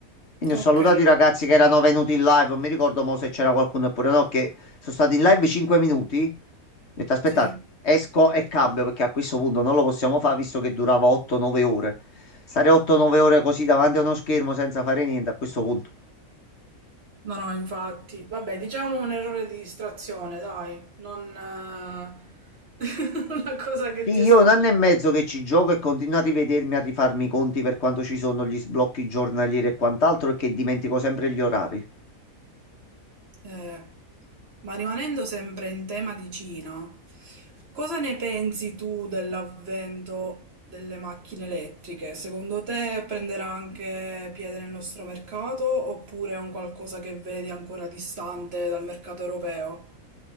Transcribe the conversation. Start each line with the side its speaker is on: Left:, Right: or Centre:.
Left: Quindi
Right: ok.
Left: ho salutato i ragazzi che erano venuti in live. Non mi ricordo mo se c'era qualcuno oppure no, che sono stati in live 5 minuti. Ho detto aspettate,
Right: <laughs> Sì.
Left: esco e cambio perché a questo punto non lo possiamo fare visto che durava 8-9 ore. Stare 8-9 ore così davanti a uno schermo senza fare niente a questo punto.
Right: No, no, infatti. Vabbè, diciamo un errore di distrazione, dai, non eh, <laughs> una cosa che
Left: Sì,
Right: ti è
Left: io
Right: sfuggita.
Left: è un anno e mezzo che ci gioco e continuo a rivedermi, a rifarmi i conti per quanto ci sono gli sblocchi giornalieri e quant'altro e che dimentico sempre gli orari.
Right: Eh, ma rimanendo sempre in tema di Cina, cosa ne pensi tu dell'avvento delle macchine elettriche? Secondo te prenderà anche piede nel nostro mercato oppure è un qualcosa che vedi ancora distante dal mercato europeo?